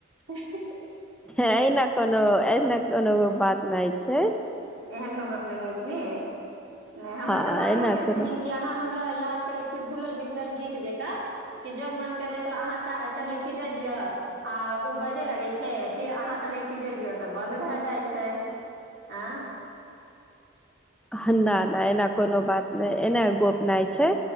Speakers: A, on the right; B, in the centre.
A: <unintelligible>
B: एहिना कोनो, एहिना कोनो बात नै छै।
A: एहन त गप नै अछि ने। नै, हमरा
B: हँ
A: त लागै
B: एना
A: छै बहिन
B: कोनो
A: कि अहां हमरा याद करै छी भुलल बिसरल गीत जेकां कि जब मन करै त अहां का कनैठी दय दिय आ ओ बजय लगै छै फिर अहां कनैठी दय दिय तब बंद भ जाइ छै। एं।
B: हां, नै ना। कोनो बात नहि एने गोपनाय छै।